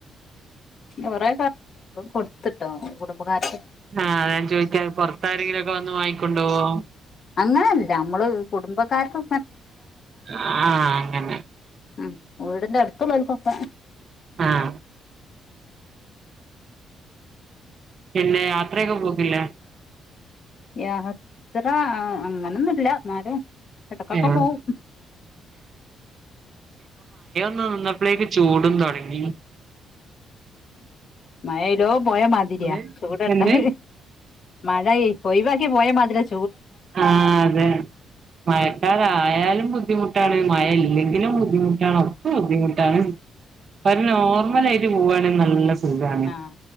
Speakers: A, on the left (about 50°); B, on the right (about 50°).
A: കൊറെയൊക്കെ കൊടുത്ത് ട്ടോ കുടുംബകാര്
B: ആഹ ഞാൻ ചോദിക്ക്യ പുറത്താരെങ്കിലൊക്കെ വ ന്നുവായി കൊണ്ടൊവോ
A: അങ്ങനെയല്ല നമ്മള് കുടുംബക്കാർക്ക്
B: ആഹ അങ്ങനെ
A: ഉം വീടിന്റെ അടുത്തുള്ളോർക്കൊക്കെ
B: ആഹ പിന്നെ യാത്രയൊക്കെ പോക്കില്ലേ?
A: യാത്ര ആ അങ്ങനൊ ന്നുൽ ല്ല ന്നാലും എടക്കൊക്കെ
B: ഏഹ്
A: പോഉം
B: ന്നന്നപ്പ്ളേക്ക് ചൂടും തൊടങ്ങി
A: മഴേഴ് ലോ പോയ മാതിരി
B: എന്ത്
A: ചൂടണ്ടാ
B: എന്ത്
A: <inaudible> മഴഴ് ഒഴിവാക്കി പോയ മത് ര <unintelligible>
B: ആ അതെ മഴക്കാറ് ആയാലും ബുദ്ധിമുട്ടാണ് മഴ ഇല്ലെങ്കി ഇലും ബുദ്ധിമുട്ടാണ് ഒക്ക ബുദ്ധിമുട്ടാണ് ഒര് നോർമല് അയി റ്റ് പോവാണെ നല്ല സ് സുഖാണ്
A: ആഹ്